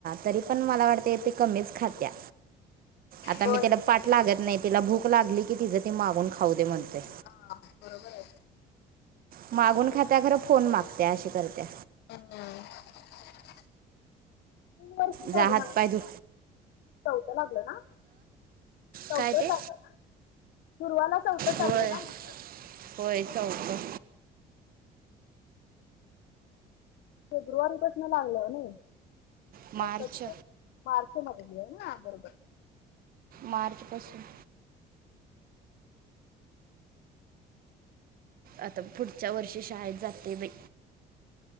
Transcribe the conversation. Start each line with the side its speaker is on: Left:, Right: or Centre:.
Right: तरी पण मला वाटतयं ती कमीच खात्या. आता
Left: होय
Right: मी तिला पाठ लागत नाही. तिला भूक लागली की तिच ती मागून खाऊ दे म्हनतोय.
Left: हा बरोबर आहे
Right: मागून खात्या खरं फोन मागत्या अशी करत्या.
Left: हम <inaudible> तीन वर्ष
Right: जा
Left: झालं
Right: हात
Left: ना गं
Right: पाय
Left: तिला.
Right: धु
Left: चौथ लागलं ना? चौथं
Right: काय ते
Left: चालु हाय ना. दुर्वाला चौथं
Right: होय
Left: चालुहायना म्हंटलं.
Right: होय चौथं.
Left: फेब्रुवारीपासून लागलं नाही
Right: मार्च
Left: कधी ग? मार्च. मध्ये आहे ना बरोबर.
Right: मार्च पासुन. आता पुढच्या वर्षी शाळेत जाते बाई.